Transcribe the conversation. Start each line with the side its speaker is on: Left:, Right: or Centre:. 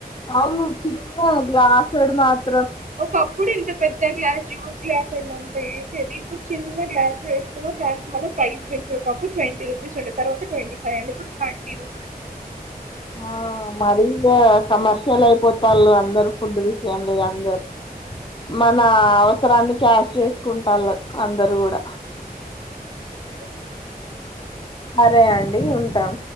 Left: అవును చిన్న అ గ్లాసేడు మాత్
Right: ఒకప్పుడు ఇంత పెద్ద గ్లాస్ జ్యూస్ గ్లాస్ ఏమంత ఏసేది. ఇప్పుడు చిన్న గ్లాస్ వేస్తునో దానికి మనం ప్రైస్ పెంచేరు, ఒక్కప్పుడు ట్వంటీ రూపీస్ ఉండేది, తర్వాత ట్వంటీ ఫైవ్ అయింది, ఇప్పుడు థర్టీ రూపీస్ అంటుంద్.
Left: ఆ మరి ఈగా కమర్షియల్ అయిపోతళ్ళు అందరుూ, ఫుడ్ విషయంలే అందరుూ. మన అవసరాన్ని క్యాష్ చేస్ కుంటళ్ళు అందరుూ గూడా హా
Right: అ ఓకే
Left: అరే అండి ఉంటాం.